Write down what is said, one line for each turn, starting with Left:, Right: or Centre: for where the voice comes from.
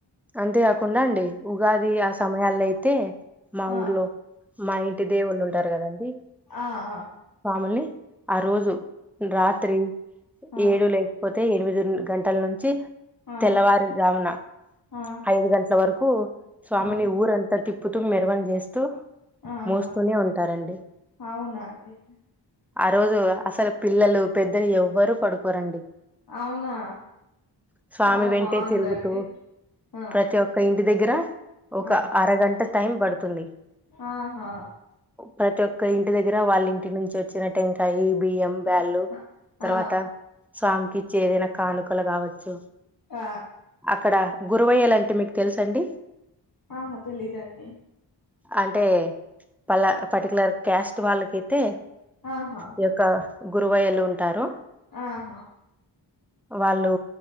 Centre: అంతేకాకుండా అండి ఉగాది ఆ సమయాల్లో అయితే మా
Left: ఆ
Centre: ఊర్లో మా ఇంటి దేవుళ్ళు ఉంటారు కదండి
Left: ఆహా
Centre: పాముల్ని ఆ రోజు రాత్రి
Left: ఆ
Centre: ఏడు లేకపోతే ఎనిమిది గంటల నుంచి
Left: ఆ
Centre: తెల్లవారు జామున
Left: ఆ
Centre: ఐదు గంటల వరకు కు స్వామిని
Left: ఆ
Centre: ఊర అంతా తి పుతుమ్ మెరవని చేస్తూ
Left: ఆహా
Centre: మోస్తూనే ఉంటారండి
Left: అవునా అండి అ
Centre: ఆ రోజు అసలు పిల్లలు పెద్దలు ఎవ్వరూ పడుకోరండి.
Left: అవునా
Centre: స్వామి
Left: చాలా
Centre: వెంటే
Left: బాగుందండి
Centre: తిరుగుతూ
Left: ఆ
Centre: ప్రతి ఒక్క ఇంటి దగ్గర ఒక
Left: ఆ
Centre: అరగంట టైం పడుతుంది.
Left: ఆహా
Centre: ప్రతొక్క ఇంటి దగ దగ్గర వాళ్ళ ఇంటి నుంచి వచ్చిన టెంకాయి బియ్యం బ్యాళ్లు
Left: అ
Centre: తర్వాత
Left: ఆ
Centre: స్వామికిచ్చే ఏదైనా కానుకలు కావచ్చు
Left: ఆ
Centre: అక్కడ గురువయ్యలంటె మీకు తెలుస అండి?
Left: ఆహా తెలీదండి
Centre: అంటే పల పర్టీకలర్ కస్ట్ వాళ్ళకైతే
Left: ఆహా
Centre: ఈ యొక్క గురువయ్యలు ఉంటారు
Left: ఆహా
Centre: వాళ్ళు